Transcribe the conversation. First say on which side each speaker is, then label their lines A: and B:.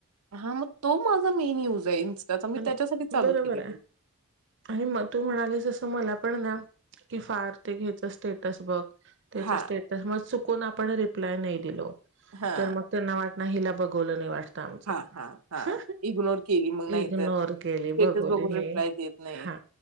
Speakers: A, on the right; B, on the right.
A: हा मग तो माझा मेन युज आहे इन्स्टाचा मी
B: आणि
A: त्याच्यासाठी चालू
B: बरोबर
A: केलेय
B: आहे
A: ते
B: आणि मग तू म्हणालीस असं मला पण ना की फार ते घ्यायचं स्टेटस बघ त्यच
A: हां,
B: स्टेटस मग चुकुन आपण रिप्लाय नाय दिलो
A: हां,
B: तर मग त्यांना वाट ना हीला बघवलं नाय वाटत आमचं
A: हां, हां, हां. इग्नोर केली मग नाहीतर
B: इग्नोर केली
A: स्टेटस
B: बघवली
A: बघून
B: नाही
A: रिप्लाय देत नाही.
B: हा